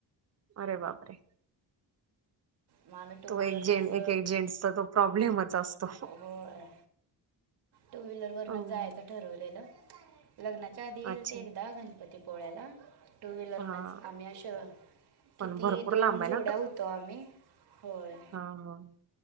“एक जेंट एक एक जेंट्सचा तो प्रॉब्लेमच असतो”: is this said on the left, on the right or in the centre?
Right